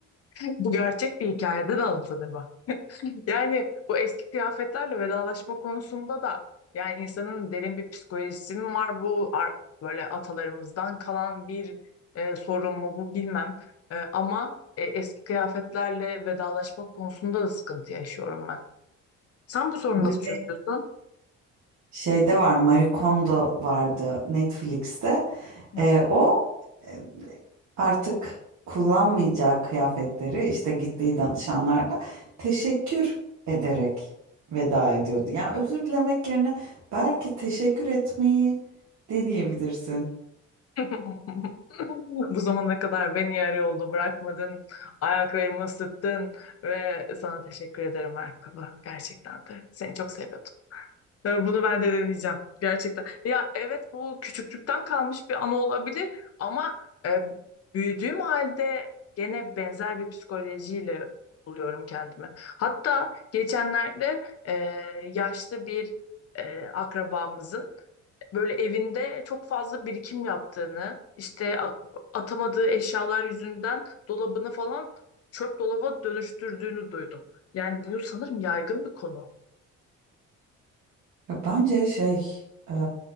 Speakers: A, on the left (about 50°); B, on the right (about 65°).
A: <laughs> Bu gerçek bir hikayeden alıntıdır bak. Yani bu eski kıyafetlerle vedalaşma konusunda da yani insanın derin bir psikolojisi mi var bu ar- böyle atalarımızdan kalan bir e, sorun mu bu bilmem. E, ama e, eski kıyafetlerle vedalaşma konusunda da sıkıntı yaşıyorum ben. Sen bu sorunu
B: Bu
A: nasıl çözüyorsun?
B: şey, şeyde var, Marie Kondo vardı Netflix'te.
A: Hı.
B: Ee, o e, artık kullanmayacağı kıyafetleri işte gittiği danışanlarda teşekkür ederek veda ediyordu. Yani özür dilemek yerine belki teşekkür etmeyi deneyebilirsin.
A: <laughs> Bu zamana kadar beni yarı yolda bırakmadın, ayaklarımı ısıttın ve sana teşekkür ederim ayakkabı. Gerçekten de seni çok seviyordum. Ve Bunu ben de deneyeceğim. Gerçekten. Ya evet bu küçüklükten kalmış bir anı olabilir ama e, büyüdüğüm halde gene benzer bir psikolojiyle buluyorum kendimi. Hatta geçenlerde e, yaşlı bir e, akrabamızın böyle evinde çok fazla birikim yaptığını, işte a- atamadığı eşyalar yüzünden dolabını falan çöp dolaba dönüştürdüğünü duydum. Yani bu sanırım yaygın bir konu.
B: Ya bence şey, e,